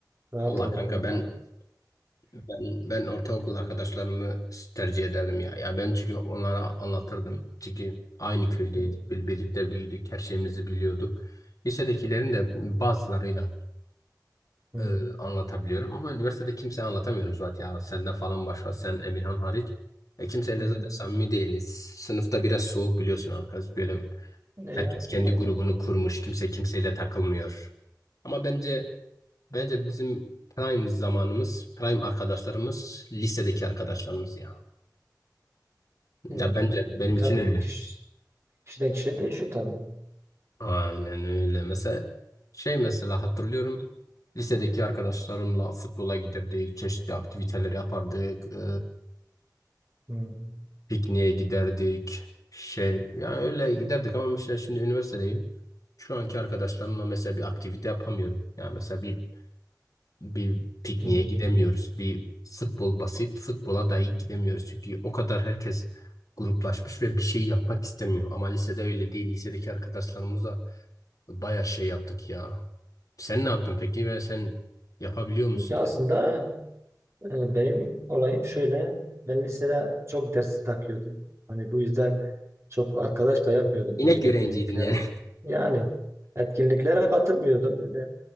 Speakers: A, on the right; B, on the left.
A: Rahatım
B: Vallahi
A: o
B: kanka
A: konuda.
B: ben Ben, ben ortaokul arkadaşlarımı tercih ederdim ya. Ya ben çünkü onlara anlatırdım. Çünkü aynı köydeydik,
A: Hmm.
B: bir- birlikte büyüdük, her şeyimizi biliyorduk. Lisedekilerin de bazılarıyla
A: Hmm.
B: e, anlatabiliyorum ama üniversitede kimseye anlatamıyorum zaten ya. Senden falan başka, sen Emirhan hariç. E, kimseyle
A: Hmm.
B: zaten samimi değiliz. Sınıfta biraz soğuk biliyorsun arkadaş. Böyle
A: Ne
B: herkes
A: ya?
B: kendi
A: Olabilir
B: grubunu
A: ya.
B: kurmuş, kimse kimseyle takılmıyor. Ama bence Bence bizim prime zamanımız, prime arkadaşlarımız lisedeki arkadaşlarımız ya.
A: Ne
B: Ya
A: ya?
B: bence benim
A: Tabii
B: için öyle.
A: kişi, kişiden kişiye değişiyor tabii.
B: Aynen öyle. Mesela şey mesela hatırlıyorum. Lisedeki arkadaşlarımla futbola giderdik, çeşitli aktiviteler yapardık, e,
A: Hmm.
B: pikniğe giderdik. Şey, yani öyle giderdik ama mesela şimdi üniversitedeyim. Şu anki arkadaşlarımla mesela bir aktivite yapamıyorum. Yani mesela bir bir pikniğe
A: Hmm.
B: gidemiyoruz. Bir futbol basit futbola dahi gidemiyoruz. Çünkü o kadar herkes gruplaşmış ve bir şey yapmak istemiyor. Ama lisede öyle değil. Lisedeki arkadaşlarımızla bayağı şey yaptık ya. Sen ne yaptın peki ve sen yapabiliyor musun?
A: Ya aslında Ee, Benim olayım şöyle, ben lisede çok dersi takıyordum. Hani bu yüzden çok arkadaş da yapmıyordum
B: İnek
A: hani etkinliklere.
B: öğrenciydin yani.
A: Yani etkinliklere katılmıyordum öyle.